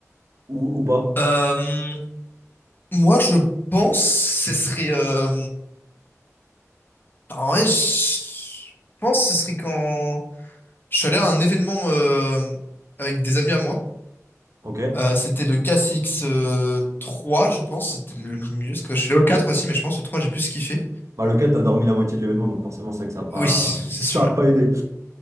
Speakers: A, on the right (about 65°); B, on the left (about 40°).
A: ou, ou pas?
B: Euh, Moi, je pense ce serait. euh, En vrai, je pense ce serait quand je suis allé à un événement euh, avec des amis à moi.
A: Ok.
B: Euh, c'était le KCX3, je pense. C'était le mieux. Parce que je suis allé au 4 aussi, mais je pense que le 3, j'ai plus kiffé.
A: Bah, le 4, t'as dormi la moitié de l'événement, donc forcément, c'est vrai que ça a pas,
B: Oui, c'est
A: ça
B: sûr. ouais.
A: a pas aidé.